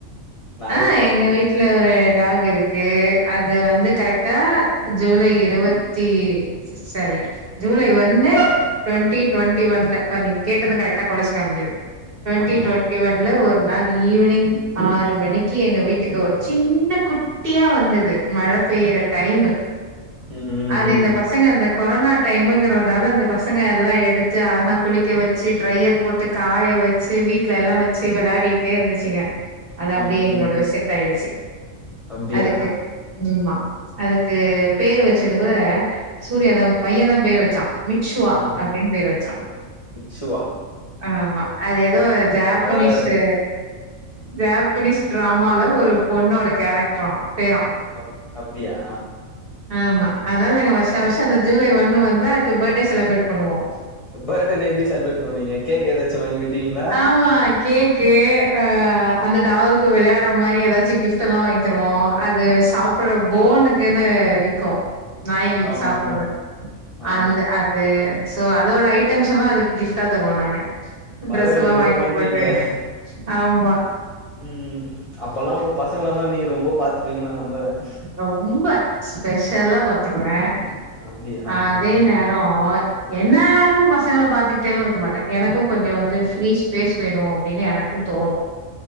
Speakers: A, on the left; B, on the right.
A: நாய்லா
B: ஆ
A: வளக்குறேன்ட்டு
B: எங்க வீட்ல ஒரு டாக் இருக்கு அது வந்து கரெக்டா ஜூலை இருவத்தி சாரி ஜூலை ஒன்னு டொண்ட்டி டொண்ட்டி ஒன்ல பாரு நீங்க கேட்டது
A: ம்
B: கரெக்டா கொலச்சு காமிக்குது டொண்ட்டி
A: ஆமா
B: டொண்ட்டி ஒன்ல ஒரு நாள் ஈவினிங் ஆறு மணிக்கு எங்க வீட்டுக்கு ஒரு சின்ன குட் குட்டியா வந்தது மழ பெய்யற டைமு
A: ம் ம்
B: அது
A: ம்
B: இந்த பசங்க அந்த கொரோனா டைமுங்கறதுனால அந்த பசங்க எல்லா எடுத்து அழகா குளிக்க வ ச்சு ட்ரையர் போட்டு காய வச்சு வீட்டல எல்லா வச்சு வெளாடிக்கிட்டே இருந்துச்சுங்க அது அப்படியே
A: ம்
B: எங்களோடவே
A: ம்
B: செட் ஆயிடுச்சு
A: அப்டியா
B: அதுக்கு ம் மா அதுக்கு பேர் வச்சது கூட சூர்யாதா பையன் தா பேர் வச்சா மிச்ஷுவா
A: ம்
B: அப்டின்னு பேர் வச்சா
A: இக்ஷுவா
B: ஆமா அது எதோ ஜாப்பனீஸ்ஸு
A: நல்லாதா இருக்கு
B: ஜாப்பனீஸ் ட்ராமால ஒரு பொண்ணோட கேரக்டரான் பேரான்
A: அப் அப்டியா
B: ஆமா
A: ம்
B: அதனால நாங்க வருஷோம் வருஷம் அந்த ஜூலை ஒண்ணு வந்தா அதுக்கு பேர்டே செலப்பிரேட் பண்ணுவோம்
A: பேர்டேனா எப்டி செலப்பிரேட் பண்ணுவீங்க கேக் ஏதாச்சும் வாங்கி வெட்டுவீங்களா
B: ஆமா கேக்கு ஆ அந்த டாகுக்கு வெளையாடுற மாரி ஏதாச்சும் கிஃப்ட் எல்லாம் வாங்கி தருவோம் அது சாப் அப்புறோம் போனுக்குன்னு விக்கும் நாய்ங்களுக்கு
A: ஆமா
B: சாப்புடுற
A: ஆமா
B: மாரி
A: ஆ
B: அந்த அது அது சோ அதோட ஐட்டம்ஸ் எல்லாம் அதுக்கு கிஃப்ட் டா தருவோம் நாங்க
A: பரவாயில்ல
B: ட்ரெஸ் எல்லாம்
A: இவ்ளோ
B: வாங்கி
A: பண்றீங்களே
B: போட்டு ஆமா
A: ம் அப்ப எல்லாம் உங்க பசங்களலாம் நீங்க ரொம்ப பாத்துப்பீங்கன்னு நான் நம்புறன்
B: ரொம்ப ஸ்பெஷல்லா பாத்துக்குவேன்
A: அப்டியா
B: அதே
A: ம்
B: நேரோம் என்நேரமும் பசங்கள பாத்துக்கிட்டேவும் இருக்க மாட்டன் எனக்கும் கொஞ்சம் வந்து ஃப்ரீ ஸ்பேஸ் வேணும் அப்டின்னு எனக்கு
A: ம்
B: தோனும்